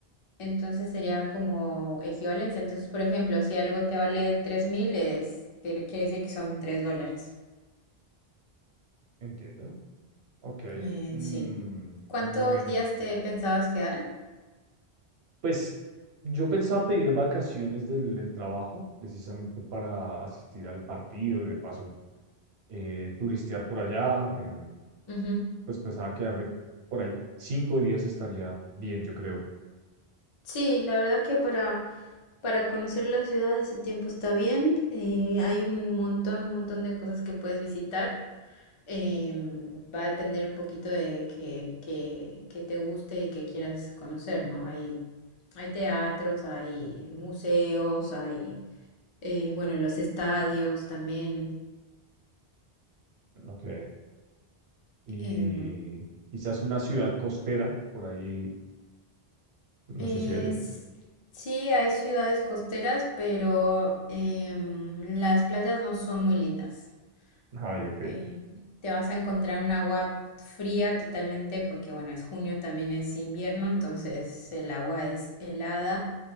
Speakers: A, on the left (about 50°); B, on the right (about 80°).
A: Entonces sería como equivalencia. Entonces, por ejemplo, si algo te vale tres mil, es, quiere, quiere decir que son tres dólares.
B: entiendo. Ok,
A: Eh,
B: mm,
A: sí. ¿Cuántos
B: bueno,
A: días te pensabas quedar?
B: pues yo pensaba pedir vacaciones del, del trabajo precisamente para asistir al partido, de paso, eh, turistear por allá, em,
A: Ujú.
B: pues pensaba quedarme por ahí cinco días estaría bien, yo creo.
A: Sí, la verdad que para, para conocer la ciudad ese tiempo está bien. Eh, hay un montón, un montón de cosas que puedes visitar. em, va a depender un poquito de que, que, que te guste y que quieras conocer, ¿no? Hay, hay teatros, hay museos, hay, eh, bueno, los estadios también.
B: Ok. y
A: em,
B: quizás una ciudad costera, por ahí, no
A: es,
B: sé si allá.
A: sí, hay ciudades costeras, pero em, las playas no son muy lindas.
B: Ay, ok.
A: Em, te vas a encontrar un agua fría totalmente porque, bueno, es junio, también es invierno, entonces el agua es helada.